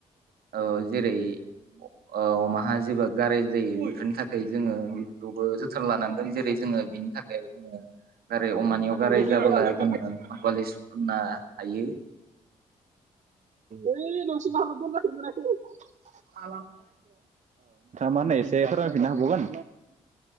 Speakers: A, on the right; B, on the right.
A: ओ जेरै ओ अमाहा जेबो गाराय जायै बेफोरनि थाखाय जोङो बेखौबो जोथोन लानांगोन जेरै जोङो बिनि थाख दायो जोंङो। गाराय अमानियाव
B: होदो
A: गाराय जाबोला जोङो पालिस फोनना हायो।
B: ओइ न' सिंङाव हाबना दंगासिनो मोनाखै
A: <unintelligible>
B: मा होनो एसे फोरमायफिननो हाबावगोन